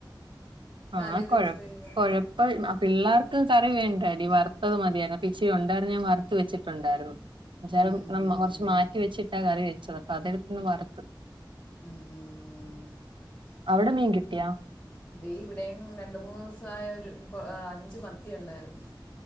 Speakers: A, on the left (about 20°); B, on the right (about 80°).
A: തലേ
B: ആഹ്
A: ദിവസത്തേക്ക്
B: കൊഴ
A: കറി
B: കൊഴപ്പം ആ പിള്ളേർക്ക് കറി വേണ്ടാടി വറുത്തത് മതിയായിരുന്നു അപ്പിച്ചിരി ഉണ്ടായിരുന്നു ഞാൻ വറുത്തു വെച്ചിട്ടുണ്ടായിരുന്നു എന്നച്ചാലും
A: ഉം ഉം.
B: നമ്മ കുറച്ച് മാറ്റിവെച്ചിട്ടാ കറിവെച്ചത് അപ്പൊ അതെടുത്തൊന്ന് വറുത്ത്
A: മ്മ്-ഹ്മ്മ്‌
B: അവിടെ മീൻ കിട്ടിയാ
A: ടീ ഇവിടെയെങ്ങും രണ്ട്മൂന്ന് ദിവസായൊരു അഞ്ച് മത്തിയുണ്ടായിരുന്നു